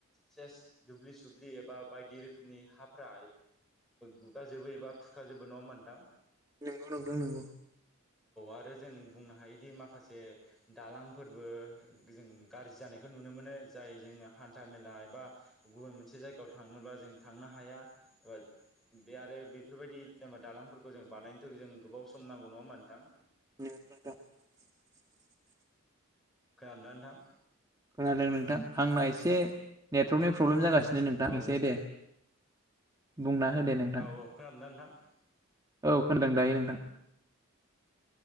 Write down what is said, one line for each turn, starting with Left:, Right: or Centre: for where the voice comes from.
Centre: सेस दुब्लि सुब्लि एबा बायदि रोखोम नि हाफ्रा गुगाजोबो एबा खुरखाजोबो नङा मोनदां
Right: नंगौ नंगौ नंगौ।
Centre: आरो जों बुंनो हायोदि माखासे दालांफोरबो जों गाज्रि जानायखौ नुनो मोनो जाय जोङो हान्था मेला एबा गुबुन मोनसे जायगायाव थांनोब्लाा जों जों थांनो हाया एबा। बे आरो बेफोरबायदि जेनेबा दालांफोरखौ जों बानायनो थाखाय' जों गोबाव सम नांगौ नङा नोंथां।
Right: <inaudible>
Centre: खोनादोना नोथां?
Right: खोनादों नोंथां आंना एसे नेटवर्कनि प्रब्लेम जागासिनो नो नोंथां
Centre: औ
Right: इसे दे। बुंना होनदो नोंथां
Centre: औ खोनादोंना नोंथां
Right: औ खोनादों दायो नोंथां।